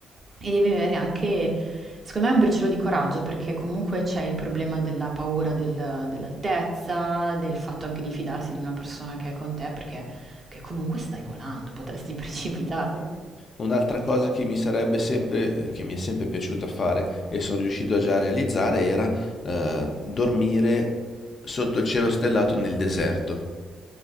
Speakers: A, on the right (about 30°); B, on the left (about 45°).
A: e devi avere anche, secondo me, un briciolo di coraggio, perché comunque c'è il problema della paura del- dell'altezza, del fatto anche di fidarsi di una persona che è con te, perché che comunque stai volando, potresti <laughs> precipitare.
B: Un'altra cosa che mi sarebbe sempre, che mi è sempre piaciuto fare e sono riuscito a già realizzare era eh, dormire sotto il cielo stellato nel deserto.